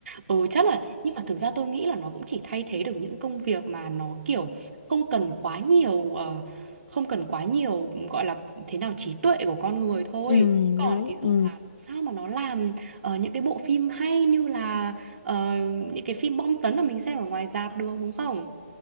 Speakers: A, on the right (about 50°); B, on the left (about 50°).
A: Ừ chắc là nhưng mà thực ra tôi nghĩ là nó cũng chỉ thay thế được những công việc mà nó kiểu không cần quá nhiều ờ, không cần quá nhiều gọi là thế nào trí tuệ của con người thôi.
B: ừ
A: Còn
B: đấy
A: ví dụ
B: ừ
A: mà sao mà nó làm ờ, những cái bộ phim hay như là ờ, những cái phim bom tấn mà mình xem ở ngoài rạp được đúng không?